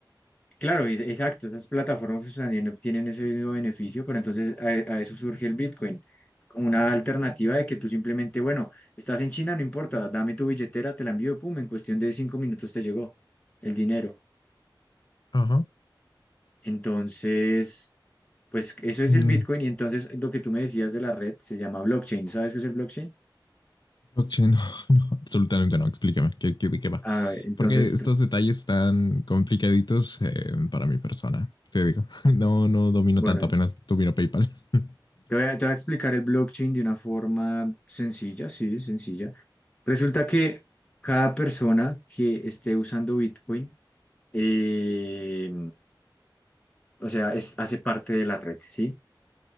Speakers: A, on the left; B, on the left.
A: Claro, y- exacto, esas plataformas pues, también obtienen ese mismo beneficio, pero entonces a, a eso surge el Bitcoin, como una alternativa de que tú simplemente, bueno, estás en China, no importa, dame tu billetera, te la envío, pum, en cuestión de cinco minutos te llegó el dinero.
B: Ajá.
A: Entonces, pues eso es
B: Mm,
A: el Bitcoin y entonces lo que tú me decías de la red se llama blockchain. ¿Sabes qué es el blockchain?
B: Blockchain, no, <laughs> no, absolutamente no. Explícame, ¿qué, qué, de qué va?
A: Ah, entonces,
B: Porque estos detalles están complicaditos eh, para mi persona, te digo. <laughs> No, no domino
A: bueno,
B: tanto, apenas domino PayPal. <laughs>
A: Te voy a, te voy a explicar el blockchain de una forma sencilla, sí, sencilla. Resulta que cada persona que esté usando Bitcoin, eh, o sea, es, hace parte de la red, ¿sí?